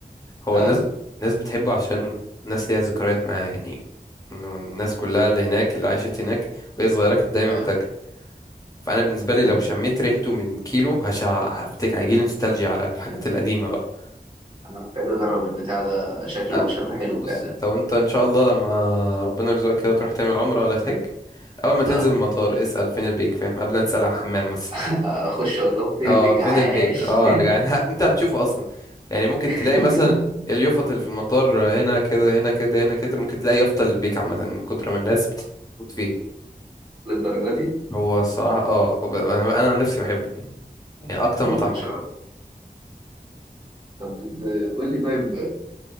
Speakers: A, on the left; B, on the right.
A: هو
B: اه
A: الناس الناس بتحبه عشان الناس ليها ذكريات معاه يعني انه الناس كلها اللي هناك اللي عاشت هناك وهي صغيره كانت دايما
B: اه
A: بتاكله فانا بالنسبه لي
B: طب
A: لو شميت ريحته من كيلو هش هفتكر هيجيلي نوستالجيا على الحاجات القديمه بقى
B: انا محتاج اجرب البتاع ده شكله
A: طب
B: شكله حلو
A: بص
B: فعلا
A: انت وانت ان شاء الله لما ربنا يرزقك كده تروح تعمل عمره ولا تحج اول ما تنزل
B: اه
A: من المطار اسال فين البيك فاهم قبل ما تسال على الحمام مثلا
B: <laughs> اخش اقول لهم فين
A: اه
B: البيج
A: فين
B: عاش
A: البيك اه انا جعان <laughs> انت هتشوفه اصلا يعني ممكن
B: <laughs>
A: تلاقي مثلا اليافطة اللي في المطار هنا كده هنا كده هنا كده ممكن تلاقي يافطة البيك عامة من كتر ما الناس بتموت فيه
B: للدرجه دي
A: هو الصراحة اه هو ب- انا أنا عن نفسي بحبه يعني يعني اكتر مطعم
B: ما كنتش
A: بحبه
B: اعرف طب قول لي طيب